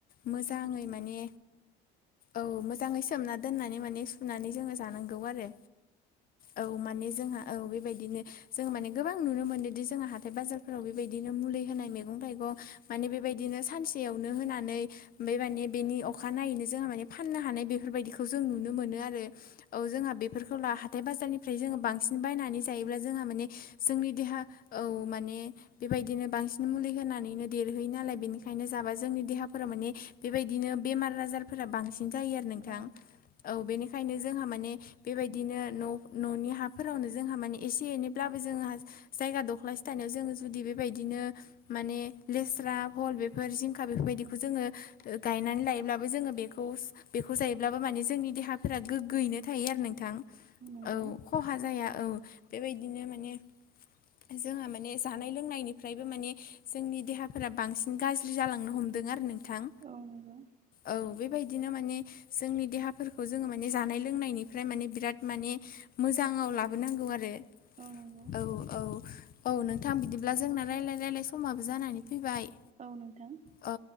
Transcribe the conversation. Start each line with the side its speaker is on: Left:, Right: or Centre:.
Left: मोजाङै माने औ मोजाङै सोमना दोननानै माने सुनानै जोङो जानांगौ आरो। औ माने जोंहा औ बेबायदिनो जों माने गोबां नुनो मोन्दोंदि जों हाथाय बाजारफ्राव बेबायदिनो मुलि होनाय मैगं थाइगं माने बेबायदिनो सानसेयावनो होनानै बे माने बेनि अखानायनायैनो जोंहा माने फाननो हानाय बेफोरबायदिखौ जों नुनो मोनो आरो औ जोंहा बेफोरखौ ला हाथाय बाजारनि फ्राय जोङो
Right: औ
Left: बांसिन बायनानै जायोब्ला जोंहा माने जोंनि देहा औ माने बेबायदिनो बांसिन मुलि होनानैनो देरहोयो नालाय बेनिखायनो ओंखायनो जाबा जोंनि देहाफोरा माने बेबायदिनो बेमार आजारफोरा बांसिन <unintelligible> जायो आरो नोंथां
Right: औ
Left: औ बेनिखायनो जोंहा माने बेबायदिनो न' न'नि हाफोरावनो जोंहा माने एसे एनैब्लाबो जोंहा जायगा दख्लासे थायनायाव जोङो जुदि बेबायदिनो माने लेस्रा भल बे फोर जिंखा बेफोरबायदिखौ
Right: औ
Left: जोङो गायनानै लायोब्लाबो जोङो बेखौ बेखौ जायोब्लाबो माने जोंनि देहा फोरा गोग्गोयैनो थायो आरो नोंथां।
Right: नंगौ
Left: औ खहा जाया औ बेबायदिनो माने जोंहा माने जानाय लोंनायनिफ्रायबो माने जोंनि देहाफोरा बांसिन गाज्रि जालांनो हमदों आरो नोंथां।
Right: औ नंगौ।
Left: औ बेबायदिनो माने जोंनि देहाफोरखौ जोङो माने जानाय लोंनायनिफ्राय माने बिराद माने मोजाङाव लाबो बो नांगौ आरो
Right: औ नंगौ
Left: औ औ औ नोंथां बिदिब्ला जोंना रायलाय रायलाय समाबो जानानै फैबाय
Right: औ नोंथां।
Left: औ